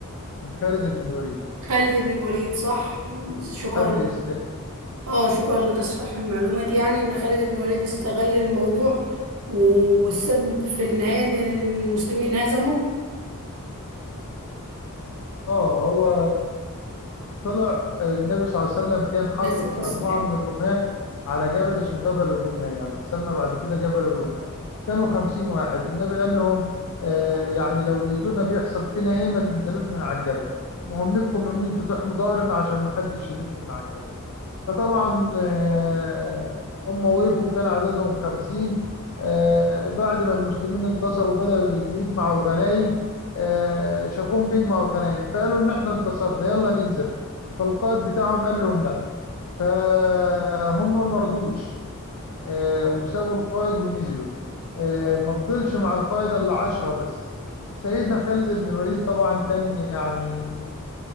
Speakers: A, on the left; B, on the right.
A: من خالد بن الوليد
B: خالد بن الوليد صح شكرا
A: قبل اسلام
B: اه شكرا لتصحيح المعلومات يعني ان خالد بن الوليد استغل الموضوع و- والسبب في النهاية ان المسلمين هزموا
A: اه هو طلع النبي صلى الله عليه وسلم كان حاطط
B: لذة
A: مجموعة
B: الصلاة
A: من الرماة على جبل اسمه جبل الرماة يعني اتسمى بعد كده جبل الرماة كانوا خمسين واحد النبي قال لهم آه يعني لو لقيتونا بيحصل فينا ايه ما تنزلوش من على الجبل مهمتكم ان انتوا تحموا ظهرنا عشان ما حدش يلف من على الجبل فطبعا آه، هم وقفوا كان عددهم خمسين آه، بعد ما المسلمين انتصروا بدأوا يجمعوا الغنائم آه، شافوهم بيجمعوا الغنائم فقالوا إن إحنا انتصرنا يلا ننزل فالقائد بتاعهم قال لهم لا فهم ما رضوش آه، وسابوا القائد ونزلوا آه، ما فضلش مع القائد إلا عشرة بس سيدنا خالد بن الوليد طبعا كان يعني